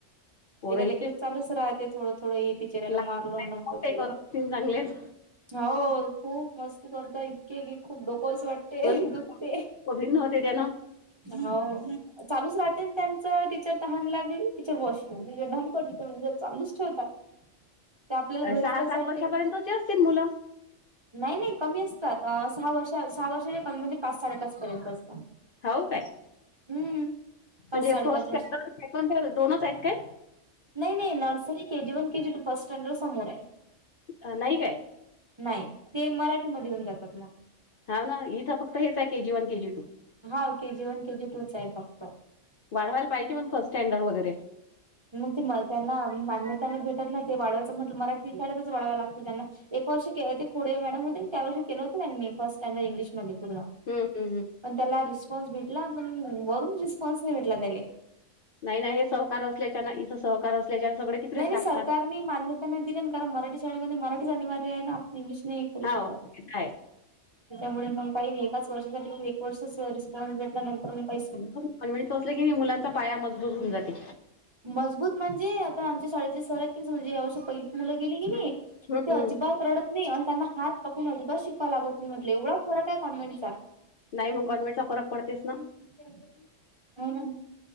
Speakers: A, on the left (about 55°); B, on the right (about 30°).
A: पोराईचे
B: लेकरच चालूच राहते, थोडं थोडं हे टीचर
A: लहान
B: ने मारलं असं केलं.
A: चांगलेच
B: हो खूप मस्ती करतोय, इतकी की खूप डोकं असं वाट ते
A: दिवसभर
B: दुखते.
A: भिन्न होते त्यानं
B: हो चालूच राहते त्यांच, टीचर तहान लागली टीचर वॉशं <unintelligible> चालूच ठेवतात. ते आपल्याला घरीच
A: सहा
B: तसं
A: सात
B: वाटते.
A: वर्षापर्यंतचे असतील मुलं
B: नाही नाही कमी असतात अ सहा वर्ष सहा वर्षांच्या कमीमध्ये पाच साडेपाच पर्यंत असतात.
A: हाव काय?
B: हम्म पाच
A: म्हणजे
B: साडेपाच
A: फर्स्ट
B: वर्ष
A: सेकंड दोनच आहेत काय?
B: नाही नाही. Nursery K G one, K G two first standard समोर आहे.
A: अं.. नाही काय.
B: नाही ते मराठीमध्ये येऊन जातात मग.
A: हा ना, इथं फक्त हेच आहे केजी वन केजी टू.
B: हां.. केजी वन केजी टूच आहेच फक्त.
A: वाढवायला पाहिजे मग फर्स्ट स्टँडर्ड वगैरे.
B: मग ते त्यांना मान्यता नाही भेटत नाही ते वाढवायचं म्हटलं मराठी शाळेतच वाढवाव लागतं. त्यांना एक वर्ष ते होते खोडे मॅडम होते, त्या वर्षी केलं हों त्यांनी फर्ट स्टँडर्ड इंग्लिशमध्ये पूर्ण.
A: हम्म हम्म.
B: पण त्याला रिस्पॉन्स भेटला पण, वरून रिस्पॉन्स नाही भेटला त्याले.
A: नाय नाय हे सहकार असल्याच्या ना इथं सहकार असल्याच्याऩ सगळे तिकडेच
B: नाही नाही
A: टाकतात.
B: सरकारने मान्यता नाही दिली ना, कारण मराठी शाळेमध्ये मराठीच अनिवार्य आहे ना इंग्लिश नाही. तरी
A: हाव
B: शकत
A: ते तर आहे.
B: त्यामुळे मंग काही एकाच वर्षासाठी मग एक वर्षचा री कॉल घेतल्या नंतर नाही पैसे.
A: आणि म्हणे, तसलं की मुलांचा पाया मजबूत होऊन जाते...
B: मजबूत म्हणजे, आता आमच्या शाळेचे सर आहेत म्हणजे या वर्षी पहिलीत मुलं गेले कणी. ते
A: हम्म
B: अजिबात
A: हम्म
B: रडत. नाही आणि त्यांना हात पकडून अजिबात शिकवायला लागत नाही म्हटलं एवढा फरक आहे कॉन्हेंटचा.
A: नाही मंग गौरमेंटचा फरक पडतेस ना.
B: हो ना,